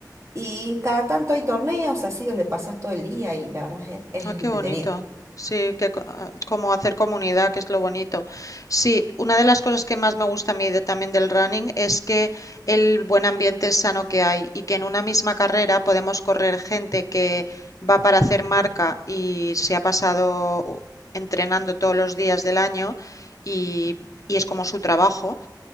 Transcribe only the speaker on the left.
Ah,
qué bonito. Sí, que co- ah, como hacer comunidad, que es lo bonito. Sí, una de las cosas que más me gusta a mí de- también del running es que el buen ambiente sano que hay y que en una misma carrera podemos correr gente que va para hacer marca y se ha pasado u- entrenando todos los días del año y, y es como su trabajo,